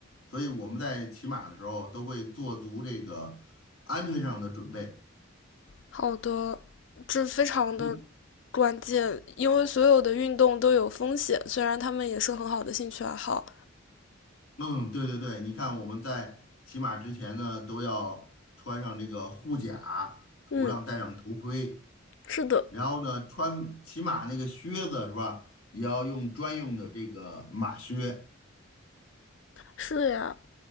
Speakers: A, on the left; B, on the left.
A: 所以我们在骑马的时候都会做足这个安全上的准备。
B: 好的，这非常的
A: 嗯。
B: 关键，因为所有的运动都有风险，虽然他们也是很好的兴趣爱好。
A: 嗯，对对对，你看我们在骑马之前呢，都要穿上这个护甲，头上戴上头盔，
B: 嗯，是的，
A: 然后呢，穿骑马那个靴子是吧，也要用专用的这个马靴。
B: 是呀，